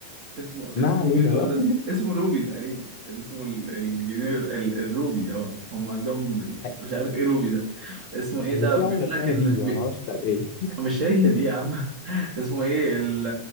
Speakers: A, on the right; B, on the left.
A: اسمه
B: ما
A: اسمه
B: علينا
A: بيزو
B: بقى
A: ولا اس- اسمه روبي تقريبا اسمه ال- الجنيه ال... الروبي اه هم عندهم
B: <laughs>
A: مش عارف ايه روبي ده اسمه ايه
B: هي
A: ده
B: في
A: بيقول
B: عملة اسمها
A: لك ان
B: فيزا انا ما اعرفش بتاعت ايه
A: مش هي دي يا عم <laughs> اسمه ايه ال